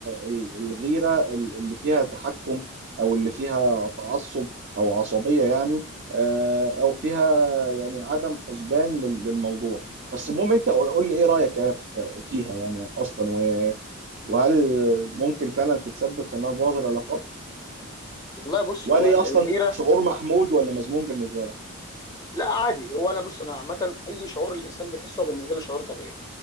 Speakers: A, on the right; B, on the left.
A: ال- الغيرة اللي فيها تحكم أو اللي فيها تعصب أو عصبية يعني آه، أو فيها يعني عدم حسبان لل- للموضوع بس المهم أنت قول
B: مم.
A: لي إيه رأيك يعني في- فيها يعني أصلا و- وهل ممكن فعلا تتسبب في إنها تبوظ العلاقات
B: والله بص
A: وهل
B: هو
A: هي أصلا
B: الغيره
A: شعور محمود ولا مذموم بالنسبة لك؟
B: لا عادي هو انا بص انا عامه اي شعور الانسان بيحسه هو بالنسبه له شعور طبيعي